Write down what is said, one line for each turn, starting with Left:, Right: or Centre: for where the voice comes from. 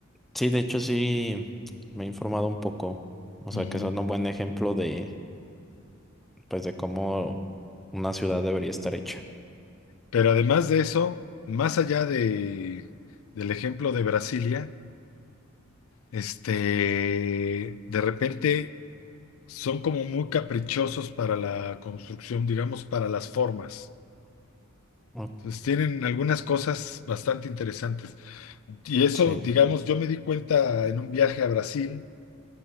Centre: sí, de hecho sí me he informado un poco. O
Left: Ujú.
Centre: sea, que son un buen ejemplo de, pues, de cómo una ciudad debería estar hecha.
Left: Pero además de eso, más allá de, del ejemplo de Brasilia, este, de repente son como muy caprichosos para la construcción, digamos, para las formas.
Centre: Ok,
Left: Pues tienen algunas cosas bastante interesantes. Y eso,
Centre: sí.
Left: digamos, yo me di cuenta en un viaje a Brasil